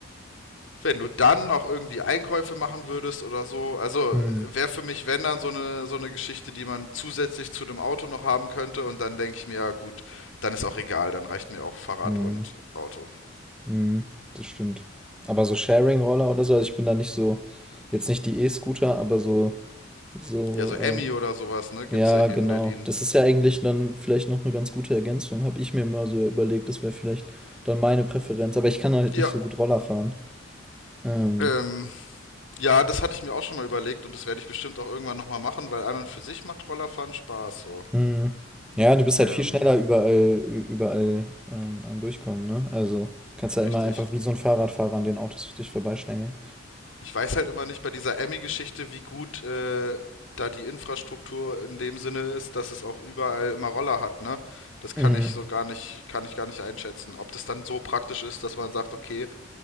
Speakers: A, on the left (about 70°); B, in the centre.
A: wenn du dann noch irgendwie Einkäufe machen würdest oder so, also
B: Mhm.
A: wäre für mich, wenn dann so eine, so eine Geschichte, die man zusätzlich zu dem Auto noch haben könnte. Und dann denke ich mir, ja gut, dann ist auch egal, dann reicht mir auch Fahrrad
B: Mhm.
A: und Auto.
B: Mhm. Das stimmt. Aber so Sharing-Roller oder so, also ich bin da nicht so, jetzt nicht die E-Scooter, aber so, so
A: Ja, so Emmy
B: äh,
A: oder sowas, ne, gibt's
B: Ja,
A: ja hier
B: genau.
A: in Berlin.
B: Das ist ja eigentlich dann vielleicht noch eine ganz gute Ergänzung, habe ich mir mal so überlegt. Das wäre vielleicht dann meine Präferenz, aber ich kann halt
A: Ja,
B: nicht so gut Roller fahren. Ähm,
A: ähm, Ja, das hatte ich mir auch schon mal überlegt und das werde ich bestimmt auch irgendwann nochmal machen, weil an und für sich macht Rollerfahren Spaß so.
B: mhm. Ja, du bist
A: Ähm,
B: halt viel schneller überall ü überall, ähm, am Durchkommen, ne? Also, kannst ja
A: richtig.
B: immer einfach wie so ein Fahrradfahrer an den Autos für dich vorbeischlängeln.
A: Ich weiß halt immer nicht bei dieser Emmy-Geschichte, wie gut äh, da die Infrastruktur in dem Sinne ist, dass es auch überall immer Roller hat, ne? Das kann
B: Mhm,
A: ich so gar nicht, kann ich gar nicht einschätzen. Ob das dann so praktisch ist, dass man sagt, okay,